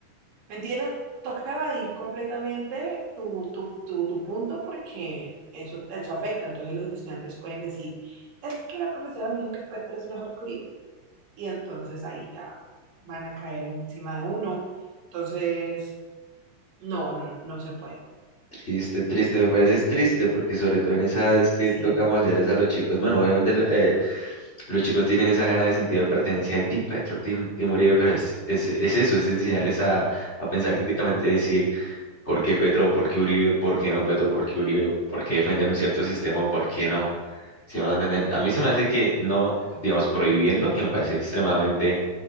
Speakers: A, on the right (about 75°); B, on the left (about 20°).
A: ¿Me entiendes? Toca evadir completamente tu, tu, tu, tu punto porque eso, eso afecta. Entonces los estudiantes pueden decir, es que la profesora me dijo que Petro es mejor que Uribe. Y entonces ahí ya van a caer encima de uno. Entonces, no, no, no se puede.
B: Triste, triste, me parece es triste, porque sobre todo en esa edad es que
A: Sí,
B: toca moldearles a los chicos. Bueno, obviamente lo- eh, Los chicos tienen esa gana de sentido de pertenencia de Team Petro, Team, Team Uribe, pero es, es, es eso, es enseñarles a, a pensar críticamente, decir por qué Petro, por qué Uribe, por qué no Petro, por qué Uribe, por qué defender un cierto sistema o por qué no. ¿Sí me van a entender?
A: sí,
B: A mí se me hace que no, digamos, prohibiendo, que me parece extremadamente